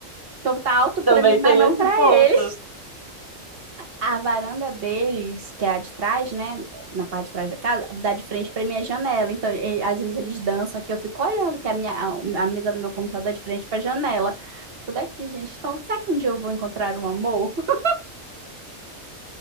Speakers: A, on the right; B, on the right.
A: Então tá alto
B: Também
A: pra mim, mas
B: tem
A: não
B: esse
A: pra
B: ponto.
A: ele. a varanda deles, que é a de trás, né? Na parte de trás da casa, dá de frente para minha janela. Então, e- às vezes eles dançam aqui, eu fico olhando, que a minha a, a mesa do meu computador é de frente para a janela. Fico daqui, gente. Então, será que um dia eu vou encontrar um amor? <laughs>